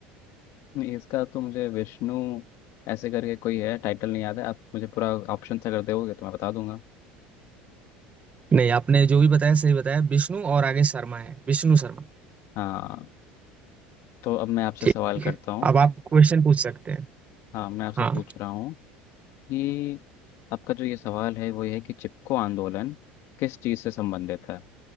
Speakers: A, on the left (about 60°); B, on the right (about 30°).
A: नहीं इसका तो मुझे विष्णु ऐसे करके कोई है टाइटल नहीं याद है आप मुझे पूरा ऑप्शन अगर दोगे तो मैं बता दूंगा
B: नहीं आपने जो भी बताया सही बताया विष्णु और आगे शर्मा है विष्णु शर्मा
A: हाँ तो अब मैं आपसे
B: ठीक
A: सवाल करता
B: है
A: हूँ
B: अब आप क्वेश्चन पूछ सकते हैं
A: हाँ मैं आपसे
B: हाँ
A: पूछ रहा हूँ कि आपका जो ये सवाल है वो ये है कि चिपको आंदोलन किस चीज़ से संबंधित है